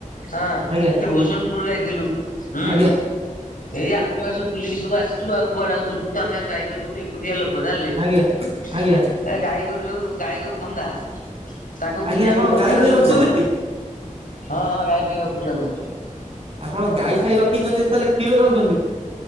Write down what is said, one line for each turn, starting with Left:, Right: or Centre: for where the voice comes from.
Left: ହଁ
Right: ଆଜ୍ଞା
Left: ସେ ଭୂଶୁନପୁର ଯାଇଥିଲୁ। ହୁଁ
Right: ଆଜ୍ଞା
Left: ଏଇ ଆଖପାଖରେ ସବୁ ବୁଲିକି ସବୁ ଆସିଛୁ ଆଉ କୁଆଡେ ଆଉ ଦୂରକୁ ତ ଆମେ ଆଉ ଯାଇପାରିବୁନି ଏ ଏକୁଟିଆ ଲୋକ ଜାଣିଲେ ଏ
Right: ଆଜ୍ଞା ଆଜ୍ଞା
Left: ଗାଈ ଗୋରୁ ସବୁ ଗାଈ ଗୋରୁ ଧନ୍ଦା। ତାଙ୍କୁ
Right: ଆଜ୍ଞା
Left: ବୁଝିବାକୁ
Right: ଆପଣ
Left: ଦରକାର
Right: ଗାଈ ଫାଇ
Left: ଲୋକ
Right: ରଖିଛନ୍ତି?
Left: ହଁ ହଁ ଗାଈ ଫାଈ ରଖୁଛୁ ଆମେ।
Right: ଆପଣ ଗାଈ ଫାଇ ରଖିଛନ୍ତି ତାହେଲେ କ୍ଷୀର ଖାଉଛନ୍ତି।